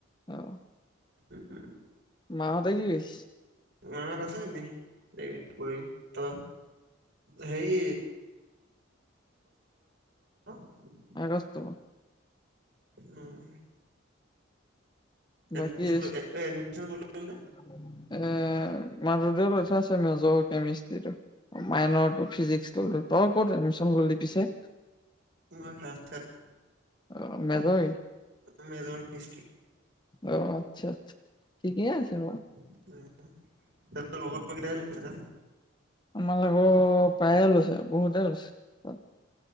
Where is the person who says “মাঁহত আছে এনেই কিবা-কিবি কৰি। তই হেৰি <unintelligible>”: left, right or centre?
Right